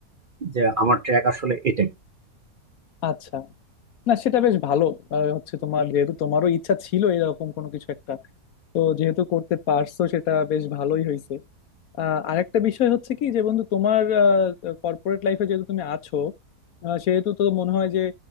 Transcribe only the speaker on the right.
যে আমার ট্র্যাক আসলে এটাই